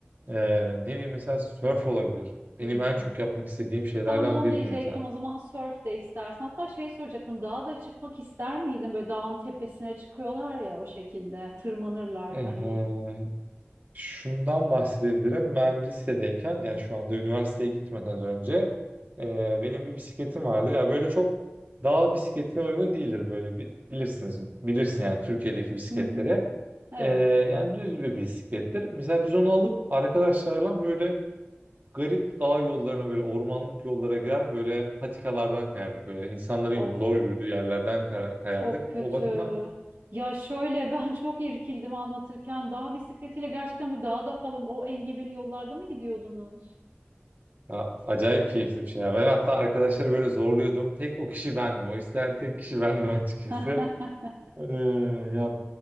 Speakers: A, on the right (about 45°); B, on the right (about 80°).
A: e, ne bileyim mesela surf olabilir. Benim
B: Hmm.
A: en çok yapmak istediğim şeylerden
B: Tam da onu
A: biridir
B: diyecektim.
A: mesela.
B: O zaman surf de istersen. Hatta şey soracaktım. Dağa da çıkmak ister miydin? Böyle dağın tepesine çıkıyorlar ya o şekilde. Tırmanırlar
A: Ee,
B: hani.
A: Şundan bahsedebilirim. Ben lisedeyken yani şu anda üniversiteye gitmeden önce e, benim bir bisikletim vardı. Ya böyle çok dağ bisikletine uygun değildir böyle bi- bilirsiniz. Bilirsin yani Türkiye'deki bisikletleri.
B: Hı hı. Evet.
A: E, yani düz bir bisiklettir. Mesela biz onu alıp arkadaşlarla böyle garip dağ yollarına böyle ormanlık yollara girer böyle patikalardan kayardık böyle insanların
B: Of
A: zor yürüdüğü yerlerden kay- kayardık.
B: çok kötü.
A: O bakımdan
B: Ya şöyle ben çok irkildim anlatırken. Dağ bisikletiyle gerçekten bir dağda falan o engebeli yollarda mı gidiyordunuz?
A: Ya, acayip keyifli bir şey. ya. Ben hatta arkadaşları
B: Aa.
A: böyle zorluyordum. Tek o kişi bendim. O isteyen tek kişi <laughs> bendim açıkçası.
B: <laughs>
A: Ee, ya